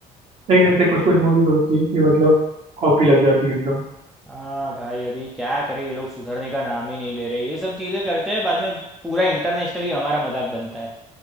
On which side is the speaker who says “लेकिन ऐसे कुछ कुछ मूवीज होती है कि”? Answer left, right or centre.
Right